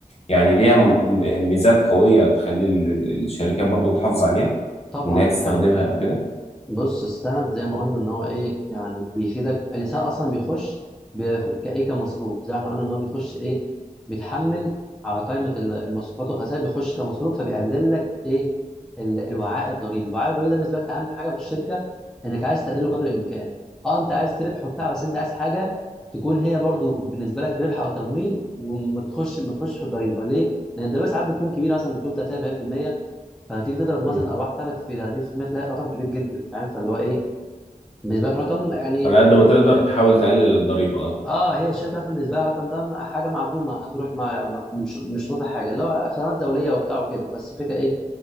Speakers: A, on the left; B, in the centre.
A: يعني ليها م- م- ميزات قوية تخلي ال- ال- الشركات برضو تحافظ عليها
B: طبعا
A: إن هي تستخدمها
B: يعني
A: أو كده
B: بص السند زي ما قلنا ان هو ايه يعني بيفيدك الانسان اصلا بيخش بيخ- كايه كمصروف زي ما احنا قلنا ان هو بيخش ايه بيتحمل على قائمه ال- المصروفات والخسائر بيخش كمصروف فبيقلل لك ايه ال- الوعاء الضريبي الوعاء الضريبي ده بالنسبه لك اهم حاجه في الشركه انك عايز تقلله قدر الامكان اه انت عايز تربح وبتاع بس انت عايز حاجه تكون هي برضو بالنسبه لك ربح او تمويل وما تخش ما تخش في الضريبه ليه؟ لان الضريبه ساعات بتكون كبيره مثلا بتكون 30 40% فتيجي تضرب مثلا
A: مم.
B: الارباح بتاعتك في 30% تلاقي رقم كبير جدا فاهم فاللي هو ايه بالنسبه لك رقم يعني
A: على قد ما تقدر تحاول تقلل الضريبة اه
B: اه هي الشركه مثلا بالنسبه لها الرقم ده م- حاجه معدومه هتروح ما ما- مش مش هتطلع حاجه اللي هو خدمات دوليه وبتاع وكده بس الفكره ايه